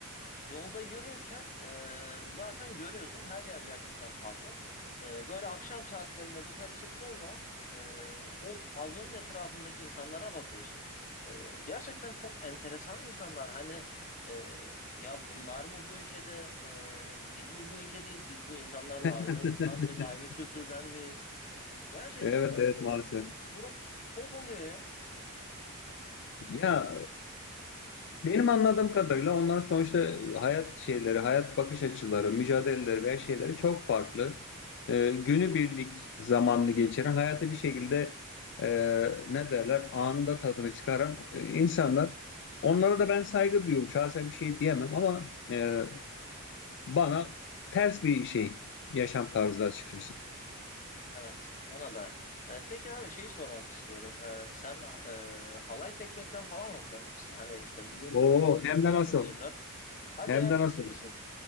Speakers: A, on the left; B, on the left.
A: Yolda yürürken e, zaten görüyorsun her yer gerçekten pavyon. E, böyle akşam saatlerinde dışarı çıktığın zaman e, o pavyonun etrafındaki insanlara bakıyorsun. E, gerçekten çok enteresan insanlar. Hani e, ya bunlar mı bu ülkede? E, biz mi bu ülkedeyiz? Biz bu insanlarla
B: <laughs>
A: aynı ırktan mıyız? Aynı kültürden miyiz? Gerçekten
B: Evet, evet maalesef.
A: çok durup çok oluyor ya.
B: Ya Benim anladığım kadarıyla onların sonuçta hayat şeyleri, hayat bakış açıları, mücadeleleri veya şeyleri çok farklı. Ee, günübirlik zamanını geçiren, hayatı bir şekilde e, ne derler, anında tadını çıkaran e, insanlar. Onlara da ben saygı duyuyorum. Şahsen bir şey diyemem ama e, bana ters bir şey yaşam tarzı açıkçası.
A: Evet, bana da. E, peki abi şeyi sormak istiyorum. E, sen e, halay çekmekten falan hoşlanmışsın. Hani işte bizim
B: Oo,
A: kültürümüzden
B: hem
A: bahsediyorsan.
B: de nasıl?
A: Hadi
B: Hem
A: ya
B: de
A: ciddi
B: nasıl?
A: misin?